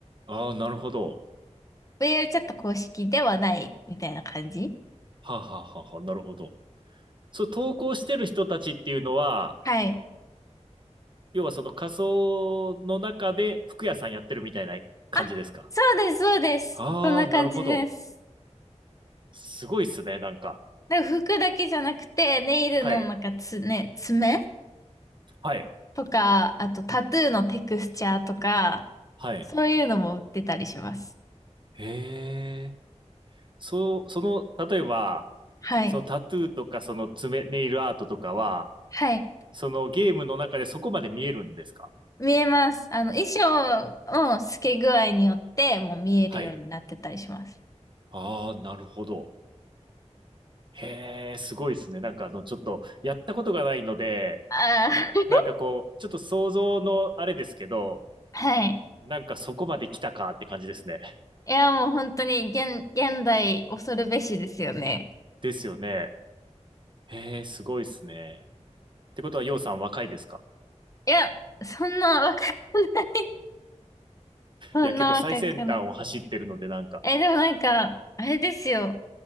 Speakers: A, on the right; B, on the left.
A: ああ、なるほど。
B: VR チャット公式ではないみたいな感じ
A: はあ、はあはあはあ、なるほど。そう、投稿してる人たちっていうのは、
B: はい。
A: 要はその仮想の中で服屋さんやってるみたいな感じですか。
B: あ、そうです、そうです。
A: ああー、
B: そんな感じです。
A: なるほど。すごいっすね、なんか。
B: で、服だけじゃなくて、ネイルのなんかつ、
A: はい。
B: ね、爪
A: はい。
B: とか、あとタトゥーのテクスチャーとか、
A: はい。
B: そういうのも売ってたりします。
A: へえ。そう、その、例えば、
B: はい。
A: そのタトゥーとか、その爪、ネイルアートとかは、
B: はい。
A: そのゲームの中でそこまで見えるんですか
B: 見えます。あの、衣装の透け具合によって、もう見えるようになってたりします。
A: はい。ああ、なるほど。へえ、すごいですね。なんかあの、ちょっと、やったことがないので、
B: ああ。
A: なんかこう、ちょっと想像のあれですけど、
B: はい。
A: なんかそこまで来たかって感じですね。
B: いや、もう本当に現、現代恐るべしですよね。
A: ですよね。へえ、すごいですね。ってことは、ようさん若いですか
B: いや、そんな若くない。<laughs> そんな若くない。
A: いや、結構最先端を走ってるので、なんか。
B: え、でもなんか、あれですよ。